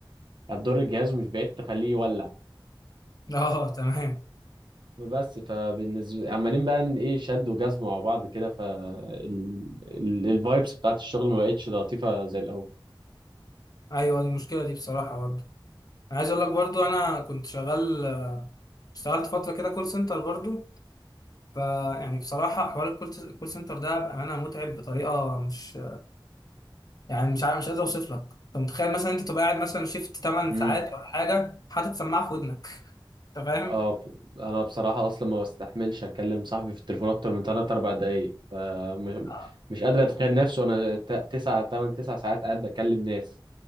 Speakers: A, on the right; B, on the left.
A: هتضر الجهاز ومش بعيد تخليه يولع
B: <laughs> اه تمام
A: بس فبالنسبة عمالين بقى إن ايه شد وجذب مع بعض كده فالفايبس بتاعت الشغل ما بقتش لطيفة زي الأول
B: ايوه دي المشكله دي بصراحه برضه انا عايز اقول لك برضه انا كنت شغال اشتغلت فتره كده كول سنتر برضه فيعني بصراحه حوار الكول الكول سنتر ده بامانه متعب بطريقه مش يعني مش عارف مش قادر اوصف لك انت متخيل مثلا انت تبقى قاعد مثلا شيفت 8
A: امم
B: ساعات او حاجه حاطط سماعه في ودنك انت فاهم؟
A: اه ب- انا بصراحة اصلا ما بستحملش اكلم صاحبي في التليفون اكتر من 3 4 دقايق فمش
B: اه
A: مش قادر اتخيل نفسي وانا 9 8 9 ساعات قاعد بكلم ناس